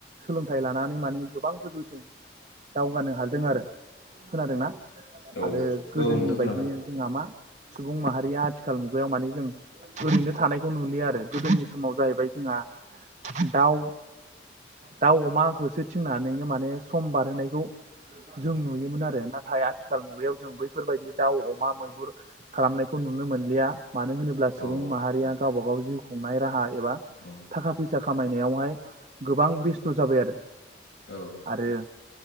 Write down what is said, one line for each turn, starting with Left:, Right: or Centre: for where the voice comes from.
Right: सोलोंथाइ लानानै माने गोबां गोजौसिम दावगानो हादों आरो खोनादोंना
Left: औ
Right: आरो गोदोनि
Left: औ नोंथां खोनादों
Right: बायदि जोंहा मा सुबुं माहारिया आथिखाल मुगायाव माने जों ओरैनो थानायखौ नुलियो आरो गोदोनि समाव जाहैबाय जोंहा दाउ दाउ अमा होसो थिंनानैनो माने सम बारहोनाय जों नुयोमोन आरो नाथाय आथिखाल मुुबायाव जों बैफोरबायदि दाउ, अमा, ‌मैहुर खालामनायखौ नुनो मोनलिया। मानो होनोब्ला सुबुं
Left: औ
Right: माहारिया गावबा गाव जिउ खुंनाय राहा एबा
Left: औ
Right: थाखा फैसा फैसा खामायनायावहाय गोबां बेस्थ' जाबाय आरो।
Left: औ
Right: आरो